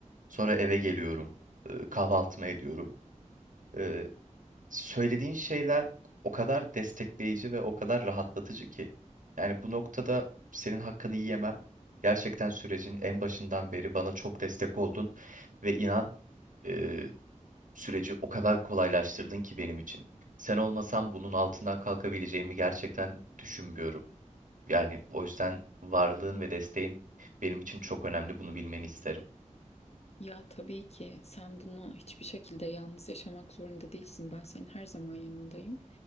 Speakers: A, on the right (about 80°); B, on the left (about 55°).
A: Sonra eve geliyorum. e, Kahvaltımı ediyorum. E, Söylediğin şeyler o kadar destekleyici ve o kadar rahatlatıcı ki. Yani bu noktada senin hakkını yiyemem. Gerçekten sürecin en başından beri bana çok destek oldun ve inan e, süreci o kadar kolaylaştırdın ki benim için. Sen olmasan bunun altından kalkabileceğimi gerçekten düşünmüyorum. Yani o yüzden varlığın ve desteğin benim için çok önemli. Bunu bilmeni isterim.
B: Ya tabii ki sen bunu hiçbir şekilde yalnız yaşamak zorunda değilsin. Ben senin her zaman yanındayım.